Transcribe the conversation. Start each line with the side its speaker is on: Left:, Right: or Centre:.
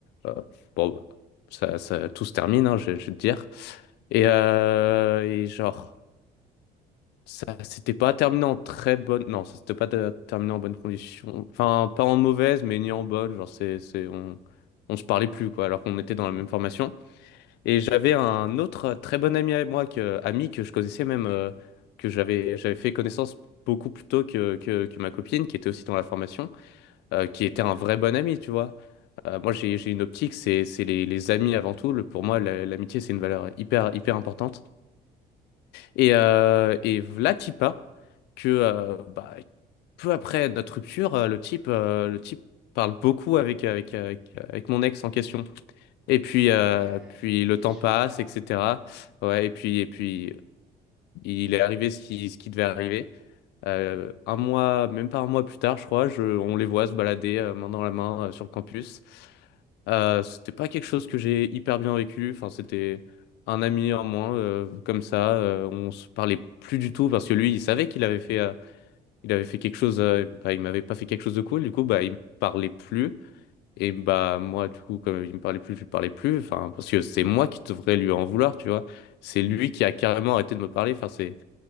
Left: Euh, bon, bah, ça, ça- tout se termine, hein, je, je vais te dire. Et, euh, et genre, ça s'était pas terminé en très bonne. Non, ça s'était pas de- terminé en bonne condition. Enfin, pas en mauvaise, mais ni en bonne. Genre, c'est, c'est, on, on se parlait plus, quoi, alors qu'on était dans la même formation. Et j'avais un autre très bon ami avec moi, que, ami que je connaissais même, euh, que j'avais, j'avais fait connaissance beaucoup plus tôt que, que que ma copine, qui était aussi dans la formation euh, qui était un vrai bon ami, tu vois. Euh, moi, j'ai, j'ai une optique, c'est, c'est les, les amis avant tout. Le- pour moi, la- l'amitié, c'est une valeur hyper, hyper importante. Et, euh, et v'là Tipa, que euh, bah, peu après notre rupture, euh, le type, euh, le type parle beaucoup avec, avec, avec, avec mon ex en question. Et puis,
Centre: Ah
Left: euh,
Centre: ouais,
Left: puis
Centre: c'est
Left: le temps
Centre: chaud
Left: passe,
Centre: ça.
Left: etc. Ouais, et puis, et puis, il est arrivé ce qui, ce qui devait arriver. Euh, un mois, même pas un mois plus tard, je crois, je- on les voit se balader euh, main dans la main euh, sur le campus. Euh, c'était pas quelque chose que j'ai hyper bien vécu. Enfin, c'était un ami en moins, euh, comme ça. euh, on se parlait plus du tout parce que lui, il savait qu'il avait fait, euh, il avait fait quelque chose. euh, bah, il m'avait pas fait quelque chose de cool. Du coup, bah, il me parlait plus. Et bah, moi, du coup, comme il me parlait plus, je lui parlais plus. Enfin, parce que c'est moi qui devrais lui en vouloir, tu vois. C'est lui qui a carrément arrêté de me parler. Enfin, c'est